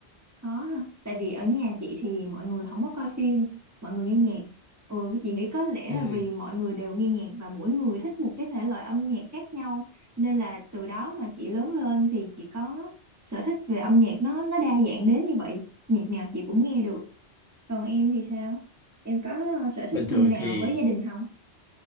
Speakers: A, on the right; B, in the centre.
A: khó ha tại vì ở nhà chị thì mọi người không có coi phim mọi người nghe nhạc ừ cái chị nghĩ có lẽ
B: Ừ,
A: là vì mọi người đều nghe nhạc và mỗi người thích một cái thể loại âm nhạc khác nhau nên là từ đó mà chị lớn lên thì chị có sở thích về âm nhạc nó nó đa dạng đến như vậy nhạc nào chị cũng nghe được còn em thì sao em có sở
B: bình
A: thích
B: thường
A: chung nào
B: thì
A: với gia đình không